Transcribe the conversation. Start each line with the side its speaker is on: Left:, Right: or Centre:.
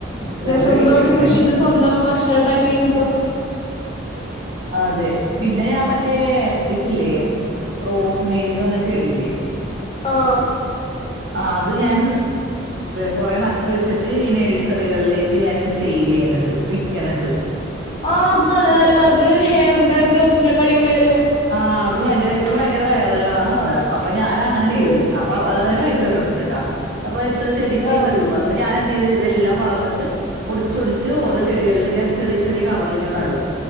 Left: അതെ
Right: വെറുതെ
Left: സ്വന്തംമായിട്ട്
Right: വീട്ടിലിരിക്കണല്ലേ
Left: കൃഷി ചെയ്ത് സ്വന്തം ഭക്ഷണം ഇണ്ടാക്കി കഴിക്കുമ്പം
Right: അതെ പിന്നെ ഞാൻ മറ്റേ ഇതില്ലേ റോസ് മേരിന്ന് പറഞ്ഞരു ചെടില്ലേ
Left: ആഹ്
Right: ആ അത് ഞാൻ കൊറെ നട്ട് വെച്ചിട്ട് ഇന നെഴ്സറികളിലേക്ക് ഞാൻ സെയിൽ ചെയ്യുന്നുണ്ട്. വിക്കണണ്ട്
Left: ആ അതല്ല അല്ല അത് ഹെയറിന്റെ ഗ്രോത്തിലക്ക അടിപൊളിയല്ലേ
Right: ആഹ് അത് ഭയങ്കര ഇപ്പ ഭയങ്കര വയറല ആണ് ആ സാധനം അപ്പൊ ഞാൻ അങ്ങനെ ചെയ്ത്
Left: അതെ
Right: അപ്പ അതിന് പൈസ കിട്ടണണ്ട്ട്ടാ അപ്പൊ ഇത്ര ചെടിക്ക്
Left: ആഹ്
Right: ഇത്ര രൂപ അപ്പ ഞാന് എന്ത് ചെയ്തു ഇതെല്ലാം വളർന്ന്ട്ട് ഒടിച്ചൊടിച്ച് ഓരോ ചെടികളിൽ ഇങ്ങനെ ചെറിയ ചെറിയ കവറ്ൽ ഇങ്ങെ നടും